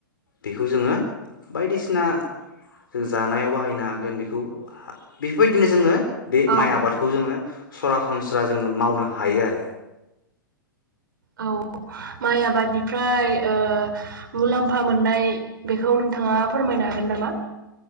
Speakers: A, on the left; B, on the right.
A: बेखौ जोङो बायदिसिना जानायाव बाहायनो हागोन बेखौ बेफोरबायदिनो जोङो बे
B: औ
A: माइ आबादखौ जोङो सरासनस्रा जोङो मावनो हायो आरो।
B: औ माइ आबादनिफ्राय ओ मुलाम्फा मोननाय बेखौ नोंथाङा फोरमायनो हागोन नामा?